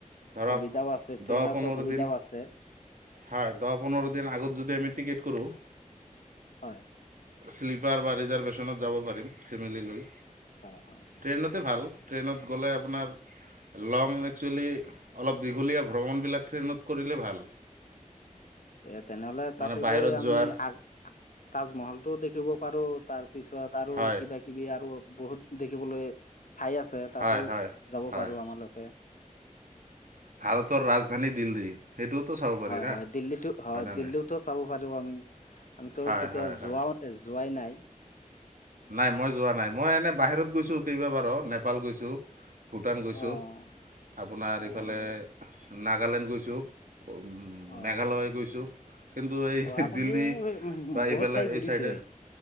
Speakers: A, on the right; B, on the left.
A: ধৰক
B: সুবিধাও আছে ট্ৰেইনতো
A: দহ পোন্ধৰ
B: সুবিধাও
A: দিন
B: আছে।
A: হয় দহ পোন্ধৰ দিন আগত যদি আমি টিকেট কৰোঁ।
B: হয়।
A: শ্লীপাৰ বা ৰিজাৰ্ভেশ্যনত যাব পাৰিম ফেমিল লৈ,
B: হয়, হয়, হয়।
A: ট্ৰেইনতে ভাল। ট্ৰেইনত গ'লে আপোনাৰ লং একচুৱেলি অলপ দীঘলীয়া ভ্ৰমণবিলাক ট্ৰেইনত কৰিলে ভাল।
B: এ তেনেহ'লে
A: মানে
B: তাতে
A: বাহিৰত
B: গৈ আমি
A: যোৱাৰ
B: আগ তাজমহলটোও দেখিব পাৰোঁ তাৰ পিছত আৰু
A: হয়
B: কিবা-কিবি আৰু বহুত দেখিবলৈ ঠাই আছে, তাতো
A: হয় হয়
B: যাব
A: হয়
B: পাৰোঁ আমালোকে।
A: ভাৰতৰ ৰাজধানী দিল্লী। সেইটোওতো চাব পাৰি
B: হয়,
A: না
B: হয়, দিল্লীটো, হয়
A: না
B: দিল্লীটো
A: নাই
B: চাব পাৰোঁ আমি। আমিতো
A: হয়
B: কেতিয়াও
A: হয় হয়
B: যোৱাও যোৱাই নাই।
A: নাই মই যোৱা নাই, মই এনে বাহিৰত গৈছোঁ কেইবাবাৰো নেপাল গৈছোঁ। ভূটান গৈছোঁ,
B: অ',
A: আপোনাৰ
B: অ',
A: এইফালে নাগালেণ্ড গৈছোঁ। উম,
B: অ'।
A: মেঘালয় গৈছোঁ। কিন্তু এই
B: অ', আপুনি
A: দিল্লী
B: উম,
A: বা এইফালে
B: বহুত ঠাই
A: এই
B: ঘূৰিছে।
A: ছাইডে